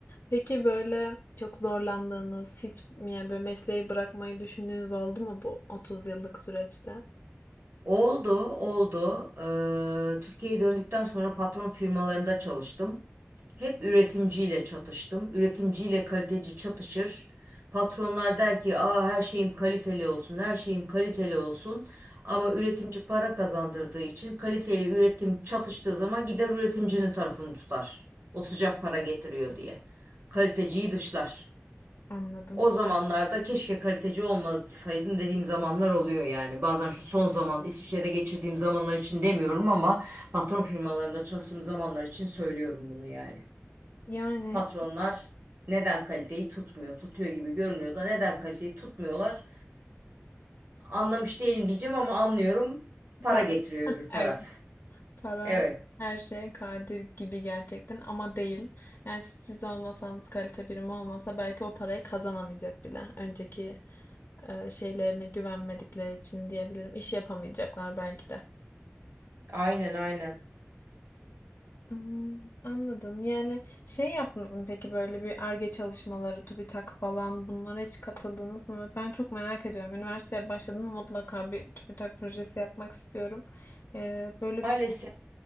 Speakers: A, on the left (about 50°); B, on the right (about 55°).
A: Peki böyle çok zorlandığınız, hiç yani böyle mesleği bırakmayı düşündüğünüz oldu mu bu otuz yıllık süreçte?
B: Oldu, oldu. Eee, Türkiye'ye döndükten sonra patron firmalarında çalıştım. Hep üretimciyle çatıştım. Üretimciyle kaliteci çatışır. Patronlar der ki, "Aa her şeyim kaliteli olsun, her şeyim kaliteli olsun." Ama üretimci para kazandırdığı için kaliteyle üretim çatıştığı zaman gider üretimcinin tarafını tutar. O sıcak para getiriyor diye. Kaliteciyi dışlar.
A: Anladım.
B: O zamanlarda keşke kaliteci olmasaydım dediğim zamanlar oluyor yani. Bazen şu son zaman İsviçre'de geçirdiğim zamanlar için demiyorum ama patron firmalarında çalıştığım zamanlar için söylüyorum bunu yani.
A: Yani
B: Patronlar neden kaliteyi tutmuyor? Tutuyor gibi görünüyor da neden kaliteyi tutmuyorlar? Anlamış değilim diyeceğim ama anlıyorum. Para
A: para.
B: getiriyor öbür taraf.
A: Evet. Para
B: Evet.
A: her şeye kadir gibi gerçekten ama değil. Yani siz olmasanız kalite birimi olmasa belki o parayı kazanamayacak bile. Önceki e, şeylerine güvenmedikleri için diyebilirim. İş yapamayacaklar belki de.
B: Aynen aynen.
A: Hmm, anladım. Yani şey yaptınız mı peki böyle bir Ar-Ge çalışmaları, TÜBİTAK falan bunlara hiç katıldınız mı? Ben çok merak ediyorum. Üniversiteye başladım ama mutlaka bir TÜBİTAK projesi yapmak istiyorum. Ee, böyle
B: Maalesef
A: bir şey.